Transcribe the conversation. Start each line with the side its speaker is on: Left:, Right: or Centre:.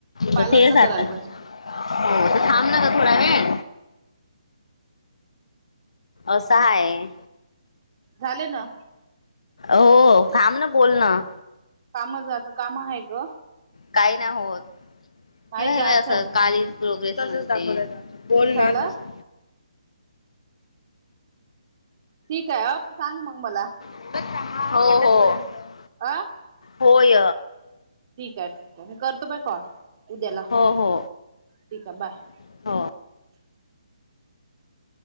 Right: पार्लरच
Left: त तेच आत्ता
Right: करायला
Left: <inaudible> हो,
Right: पाहिजे
Left: <inaudible> तर थांब न ग थोडा वेळ. असा आय.
Right: झाले ना.
Left: ओओ, थांब ना बोलणं.
Right: कामं जाता कामं हाय ग.
Left: काही नाही होत.
Right: नाही
Left: हेन्ह
Right: जायचं
Left: असं
Right: आहे मग
Left: कालीज प्रोग्रेस <inaudible> तसंच दाखवलवतं. बोल
Right: झालं
Left: ना तसा
Right: ठीकाय अ, सांग मग मला.
Left: <inaudible> मग काय हा <inaudible> हो हो.
Right: आं?
Left: होय.
Right: ठीकय, ठीकय मी करतो बय कॉल, उद्याला
Left: हो हो
Right: ठीकय. बाय.
Left: <inaudible> हो.